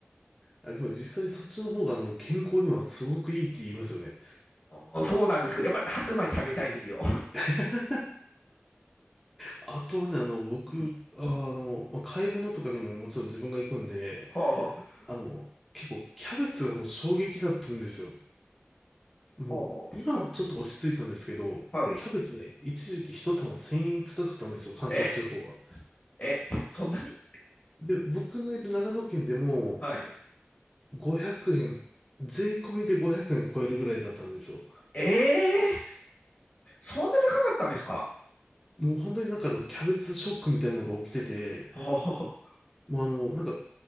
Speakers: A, in the centre; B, on the left (about 35°).
A: あ、でも実際そっちの方があの健康にはすごくいいって言いますよね。
B: <laughs> そうなんですけど、やっぱり白米食べたいですよ。
A: <laughs> あとはね、あの、僕、
B: うん
A: あの、まあ、買い物とかにももちろん自分が行くんで、
B: はあ、は
A: あの、結構キャベツがもう衝撃だったんですよ。もう、
B: あ、はあは
A: 今ちょっと落ち着いたんですけど、
B: はい。
A: キャベツね、一時期一玉1000円近かったんですよ、関東地方は。
B: え、え、そんなに
A: で、僕のいる長野県でも
B: はい。
A: 500円、税込みで500円超えるぐらいだったんですよ。
B: ええーそんな高かったんですか
A: もう本当になんかあの、キャベツショックみたいなのが起きてて、
B: は
A: もうあの、なんか、